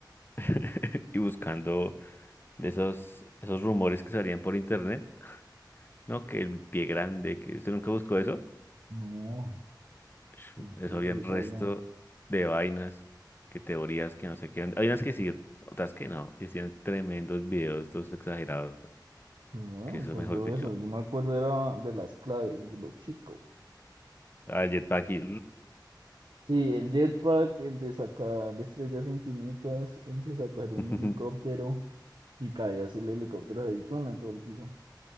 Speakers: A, on the left; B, on the right.
A: <laughs> y buscando esos, esos rumores que salían por internet, ¿no? Que el pie grande, que usted nunca buscó eso.
B: No,
A: Sh,
B: ¿cómo así?
A: Eso había
B: ¿Qué le
A: un
B: pasa?
A: resto de vainas, que teorías, que no sé qué. Hay unas que sí, otras que no. Y hacían tremendos videos, todos exagerados.
B: Yo no
A: Que
B: me
A: eso,
B: acuerdo
A: mejor dicho.
B: de eso, yo me acuerdo era de las claves, de los cheat
A: Ah, el jetpack y...
B: Sí, el jetpack, el de sacar estrellas infinitas, el de sacar un
A: <laughs>
B: helicóptero y cae así el helicóptero de Daytona en todo el piso.